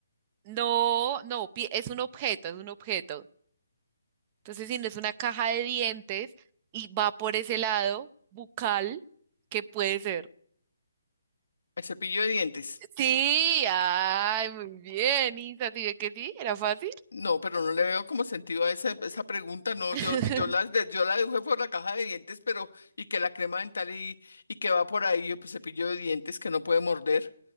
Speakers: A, on the right; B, on the left.
A: No, no, pi- es un objeto, es un objeto. Entonces, si no es una caja de dientes y va por ese lado bucal, ¿qué puede ser?
B: el cepillo de dientes.
A: Sí, ay, muy bien, Isa, ¿sí ve que sí? Era fácil.
B: No, pero no le veo como sentido a esa, esa pregunta. No,
A: <laughs>
B: yo, yo la, de- yo la deduje por la caja de dientes, pero y que la crema dental y, y que va por ahí, pues cepillo de dientes que no puede morder.